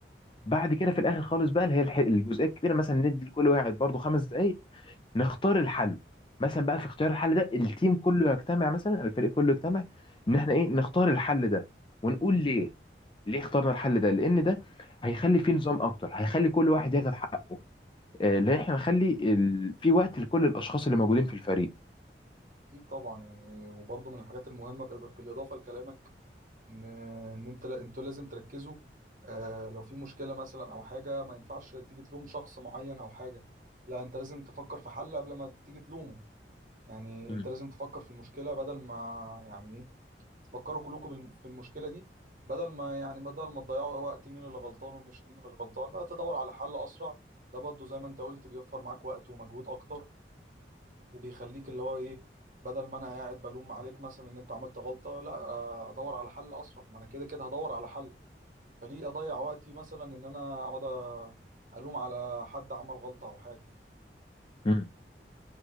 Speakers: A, on the right; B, on the left.
A: م-
B: بعد كده في الاخر خالص بقى اللي هي الح- الجزئيه الكبيره مثلا ندي لكل واحد برضو خمس دقائق نختار الحل مثلا بقى في اختيار الحل ده التيم كله يجتمع مثلا الفريق كله يجتمع ان احنا ايه نختار الحل ده ونقول ليه ليه اخترنا
A: م.
B: الحل ده لان ده هيخلي فيه نظام اكتر هيخلي كل واحد ياخد حقه آه، لان احنا نخلي ال... في وقت لكل الاشخاص اللي موجودين في الفريق
A: أكيد طبعا يعني وبرضه من الحاجات المهمة بإض- بالإضافة لكلامك إن إن أنت لا- أنتوا لازم تركزوا آه لو في مشكلة مثلا أو حاجة ما ينفعش تيجي تلوم شخص معين أو حاجة لا أنت لازم تفكر في حل قبل ما تيجي تلومه يعني
B: مم.
A: أنت لازم تفكر في المشكلة بدل ما يعني إيه تفكروا كلكم بالم- في المشكله دي بدل ما يعني بدل ما تضيعوا وقت مين اللي غلطان ومش مين اللي مش غلطان لا تدور على حل اسرع ده برضو زي ما انت قلت بيوفر معاك وقت ومجهود اكتر وبيخليك اللي هو ايه بدل ما انا قاعد بلوم عليك مثلا ان انت عملت غلطه لا آه، ادور على حل اسرع ما انا كده كده هدور على حل فليه اضيع وقتي مثلا ان انا اقعد الوم على حد عمل غلطه او حاجه
B: مم.